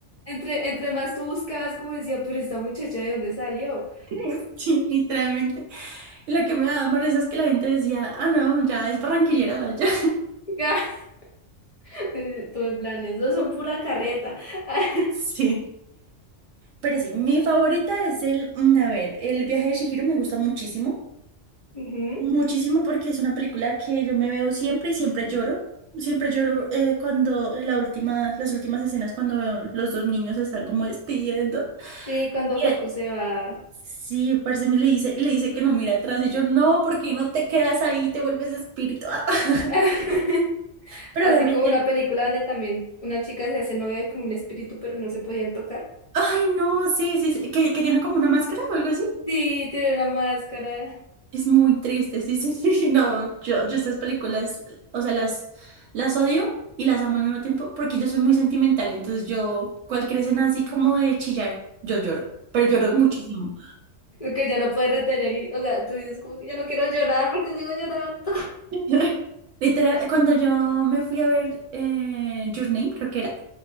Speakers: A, on the left (about 50°); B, on the right (about 85°).
A: entre, entre más tú buscabas, como decía, pero esta muchacha, ¿de dónde salió?
B: <laughs> Sí, literalmente. Y lo que me daba más risa es que la gente decía, ah, no, ya es barranquillera, ya.
A: <laughs> <laughs> Todo en plan, eso son pura carreta. <laughs>
B: Sí. Pero sí, mi favorita es el, mm, a ver, El viaje de Chihiro me gusta muchísimo,
A: Ujú.
B: muchísimo porque es una película que yo me veo siempre y siempre lloro. Siempre lloro eh, cuando la última, las últimas escenas cuando veo los dos niños se están como despidiendo.
A: Sí, cuando
B: Y
A: Haku
B: él-
A: se va.
B: sí, parce me le dice, y le dice que no mira atrás y yo no, porque no te quedas ahí, te vuelves espíritu. Ah, <laughs>
A: <laughs>
B: Pero
A: Así
B: obviamente,
A: como una película donde también una chica se hace novia con un espíritu, pero no se podían tocar.
B: ay no, sí, sí, sí, que, que tiene como una máscara o algo así.
A: Sí, tiene una máscara
B: Es muy triste, sí, sí, <laughs> sí, no, yo, yo estas películas, o sea, las, las odio y las amo al mismo tiempo porque yo soy muy sentimental, entonces yo, cualquier escena así como de chillar, yo lloro, pero lloro muchísimo.
A: que ya no puede retener. Y, o sea, tú dices como que ya no quiero llorar porque sigo llorando.
B: <laughs> Literal, cuando yo me fui a ver eh, Your Name, creo que era,